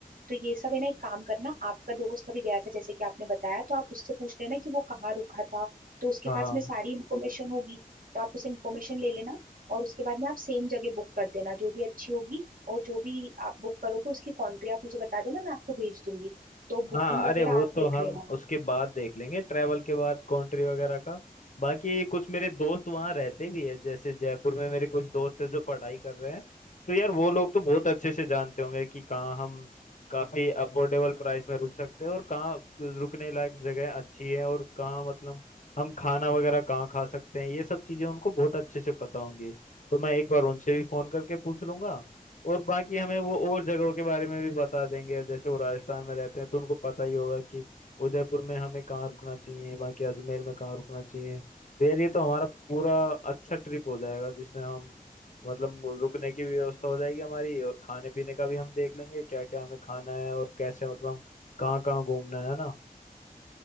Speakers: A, on the right; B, on the left.
A: तो ये सब है ना एक काम करना आपका दोस्त अभी गया था जैसे कि आपने बताया तो आप उससे पूछ लेना कि वो कहाँ रुका था तो उसके
B: हाँ
A: पास में सारी इन्फॉर्मेशन होगी तो आप उसे इन्फॉर्मेशन ले लेना और उसके बाद में आप सेम जगह बुक कर देना जो भी अच्छी होगी और जो भी आप बुक करोगे उसकी कंट्री आप मुझे बता देना मैं आपको भेज दूंगी तो बुकिंग
B: हाँ
A: वगैरह
B: अरे वो
A: आप
B: तो
A: देख
B: हम
A: लेना
B: उसके बाद देख लेंगे ट्रैवल के बाद कंट्री वगैरह का बाकी कुछ मेरे दोस्त वहाँ रहते भी है जैसे जयपुर में मेरे कुछ दोस्त हैं जो पढ़ाई कर रहे हैं तो यार वो लोग तो बहुत अच्छे से जानते होंगे कि कहाँ हम काफी अफोर्डेबल प्राइस में रुक सकते हैं और कहाँ रुकने लायक जगह अच्छी है और कहाँ मतलब हम खाना वगैरह कहाँ खा सकते हैं ये सब चीजें उनको बहुत अच्छे से पता होंगी तो मैं एक बार उनसे भी फोन करके पूछ लूंगा और बाकी हमें वो और जगहों के बारे में भी बता देंगे जैसे वो राजस्थान में रहते हैं तो उनको पता ही होगा कि उदयपुर में हमें कहाँ रुकना चाहिए बाकी अजमेर में कहाँ रुकना चाहिए तो यार ये तो हमारा पूरा अच्छा ट्रिप हो जाएगा जिसमें हम मतलब रुकने की भी व्यवस्था हो जाएगी हमारी और खाने पीने का भी हम देख लेंगे क्या क्या हमें खाना है और कैसे मतलब कहाँ कहाँ घूमना है ना